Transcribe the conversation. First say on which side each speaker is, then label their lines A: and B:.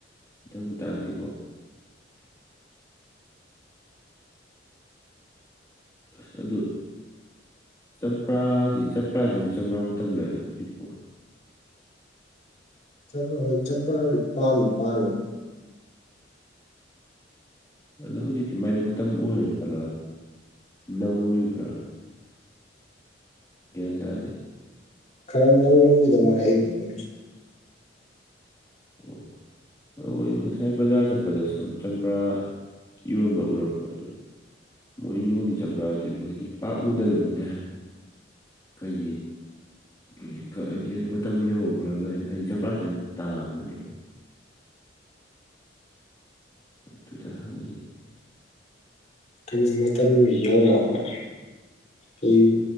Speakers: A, on the left (about 20°); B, on the left (about 40°).
A: <unintelligible> ꯃꯇꯥꯡꯁꯤꯀꯣ ꯑꯁ ꯑꯗꯨ ꯆꯝꯄ꯭ꯔꯥꯁꯦ ꯆꯝꯄ꯭ꯔꯥꯁꯦ ꯍꯧꯖꯤꯛ ꯆꯝꯄ꯭ꯔꯥ ꯃꯇꯝꯔꯅꯦ ꯍꯧꯖꯤꯛꯄꯣ
B: <unintelligible> ꯍꯣꯏ ꯆꯄ꯭ꯔꯥ ꯄꯥꯜꯗꯤ ꯄꯥꯜꯕꯅꯤ
A: ꯑꯗꯣ ꯍꯧꯖꯤꯛꯇꯤ ꯃꯥꯏ ꯃꯇꯝ ꯑꯣꯏꯔꯖꯥꯠꯂꯥ ꯅꯧꯔꯤꯕ꯭ꯔꯥ ꯒ꯭ꯌꯥꯟ ꯇꯥꯥꯗꯦ
B: ꯈꯔ ꯅꯧꯔꯝꯃꯤꯗꯧ ꯃꯥꯂꯦ ꯑꯩꯒꯤ <unintelligible>
A: ꯑꯣ ꯑꯣꯏ ꯉꯁꯥꯏ ꯕꯖꯥꯔ ꯆꯠꯄꯗ ꯆꯝꯄ꯭ꯔꯥ ꯌꯣꯟꯕ ꯎꯔꯛꯄ ꯑꯗꯨ ꯃꯣꯏ ꯌꯣꯜꯂꯤ ꯆꯝꯄ꯭ꯔꯥꯁꯤꯕꯨ ꯍꯥꯏꯗꯤ ꯄꯥꯛꯎꯗꯕꯅꯤꯅ ꯀꯩꯒꯤ ꯍꯥꯏꯗꯤ ꯃꯇꯝ ꯌꯧꯔꯕ꯭ꯔꯥꯒꯅ ꯍꯥꯏꯗꯤ ꯆꯝꯄ꯭ꯔꯥꯁꯤ ꯌꯥꯝ ꯇꯥꯡꯕꯅꯦ <unintelligible>
B: ꯍꯩ ꯃꯇꯝꯁꯦ ꯌꯧꯔꯛꯑꯕ꯭ꯔꯥ ꯑꯩ